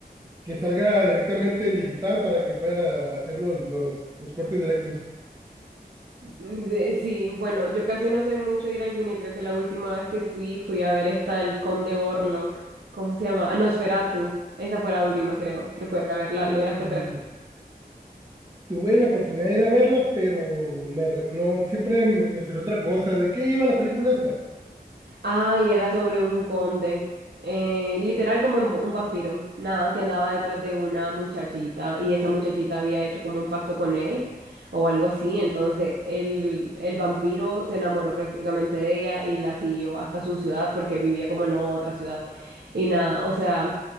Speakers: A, on the right (about 20°); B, on the right (about 80°).
A: que salga directamente en digital para que pueda hacer los, los, los cortes directos.
B: De- Sí, bueno, yo casi no soy mucho de ir al cine, creo que la última vez que fui, fui a ver esta El Conde Orlok, ¿cómo se llama? Ah, Nosferatu, esa fue la última, creo, que fue a verla,
A: Mm,
B: ¿lograste ver?
A: tuve la oportunidad de ir a verla, pero me, re- no, siempre me, me salió otra cosa. ¿De qué iba la película esta?
B: Ay, era sobre un conde. Eh, literal como en- un vampiro. Nada, que andaba detrás de una muchachita y esa muchachita había hecho como un pacto con él o algo así. Entonces el, el vampiro se enamoró prácticamente de ella y la siguió hasta su ciudad porque vivía como en otra ciudad. Y nada, o sea,